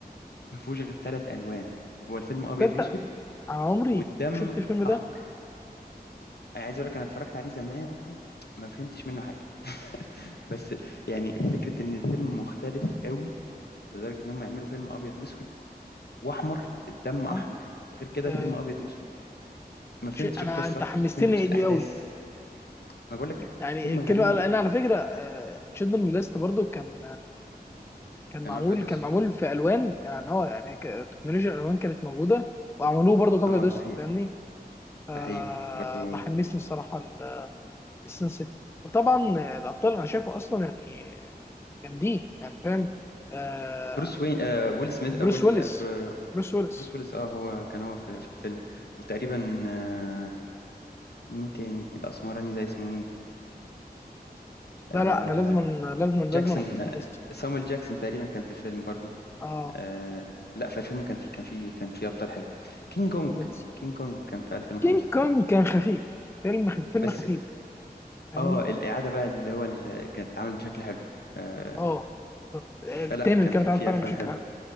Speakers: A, on the left; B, on the left.
A: ما فيهوش غير ثلاث الوان هو الفيلم ابيض
B: تصدق
A: واسود
B: انا عمري
A: والدم
B: ما شفت الفيلم ده
A: احمر عايز اقول لك انا اتفرجت عليه زمان ما فهمتش منه حاجه بس يعني فكره ان الفيلم مختلف قوي لدرجه ان هم يعملوا فيلم ابيض واسود واحمر الدم احمر
B: اه
A: غير كده
B: آه،
A: الفيلم ابيض واسود ما فهمتش
B: شيء انا
A: القصه
B: انت حمستني
A: ما فهمتش الاحداث
B: ليه قوي
A: ما بقول لك
B: يعني
A: فيلم
B: الكلمه
A: غريب
B: انا على فكره تشيلدرن ليست برضو كان كان
A: كان
B: معمول
A: ابيض واسود
B: كان معمول في الوان يعني هو يعني ك- تكنولوجيا الالوان كانت موجوده وعملوه برضه كوبي
A: اه
B: دوست
A: ده حقيقي
B: فاهمني فبحمسني
A: ده حقيقي برضو
B: الصراحه ل- لسين سيتي وطبعا الابطال انا شايفه اصلا يعني جامدين يعني فاهم آه
A: بروس وين آه ويل سميث
B: بروس
A: آه ويل
B: ويلس
A: برو-
B: بروس ويلس
A: بروس ويلس اه هو كان هو في, في الفيلم وتقريبا آه مين تاني الاسمراني ده اسمه ايه آه
B: لا لا انا لازم لازم لازم
A: جاكسون
B: احطه في
A: آه،
B: الليست
A: سامويل جاكسون تقريبا كان في الفيلم برضو
B: اه
A: آه لا في الفيلم كان في كان في كان في ابطال حلوه كينج كونج
B: بالظبط
A: كينج كونج كان في 2005
B: كينج كونج كان خفيف فيلم خ- فيلم
A: بس
B: خفيف فاهمني
A: اه الإعادة بقى اللي هو اللي كانت اتعمل بشكل حلو آه
B: اه بالظبط التاني
A: فلا
B: اللي
A: كان
B: كان
A: في
B: اتعمل
A: في
B: فعلا
A: أفلام
B: بشكل
A: حلوة
B: حلو